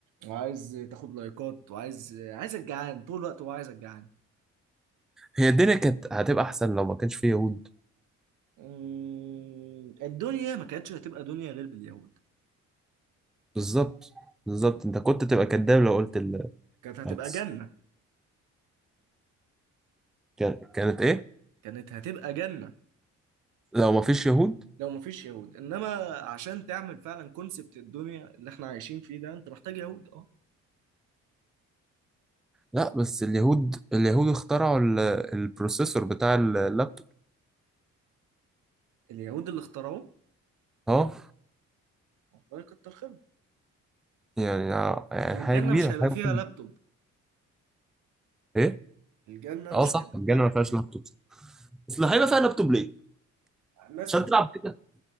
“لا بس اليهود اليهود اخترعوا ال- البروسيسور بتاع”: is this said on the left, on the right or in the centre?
Centre